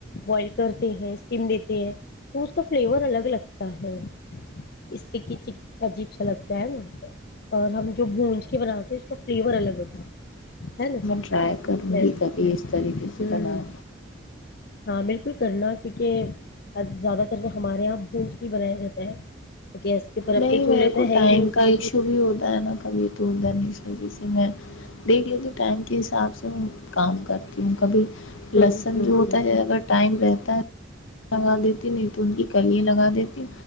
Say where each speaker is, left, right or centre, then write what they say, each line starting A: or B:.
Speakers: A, on the left (about 50°); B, on the left (about 80°).
A: بوائل کرتے ہیں اسٹیم دیتے ہیں تو اس کا فلیور الگ لگتا ہے اسٹکی عجیب سا لگ ہے نا اور ہم جو بھونج کے بناتے ہیں اس کا فلیور الگ ہوتا ہے ہے نا
B: ٹرائی کروں
A: پلس
B: گی کبھی اس طریقے سے
A: ہوں
B: بنایں
A: ہاں بالکل کرنا کیونکہ زیادہ تر جو ہمارے یہاں بھونج کے هی بنایا جاتا ہے تو گیس کے اوپر اب
B: نہیں
A: تو چولہے
B: میرے
A: تو
B: کو
A: ہے
B: ٹائم
A: ہی نہیں
B: کا ایشو بھی ہوتا ہے نا کبھی تو بن نہیں جی میں دیکھ لیتی ہوں ٹائم کے حساب سے کام کرتی ہوں کبھی لہسن
A: ہوں ہوں
B: جو ہوتا
A: ہوں
B: ہے اگر ٹائم رہتا ہے لگا دیتی نہیں تو ان کی کلیا لگا دیتی